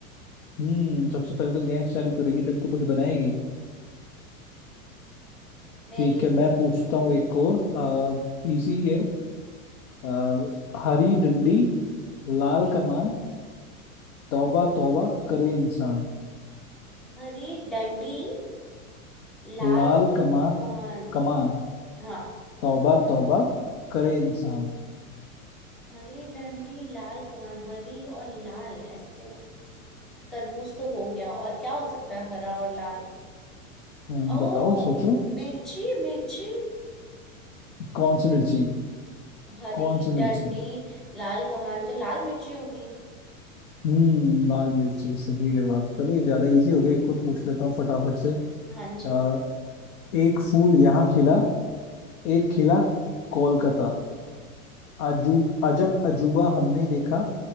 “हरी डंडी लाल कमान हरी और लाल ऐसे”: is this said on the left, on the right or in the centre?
Centre